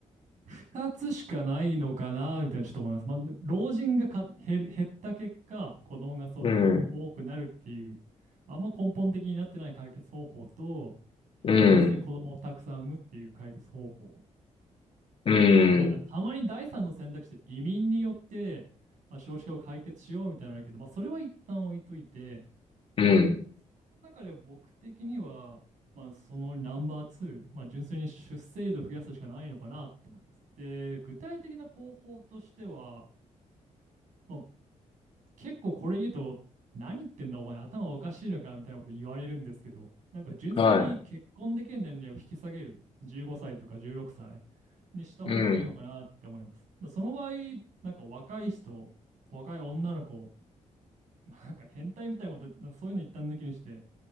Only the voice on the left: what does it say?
うん、
うん、
うん、
うん、
はい、
うん、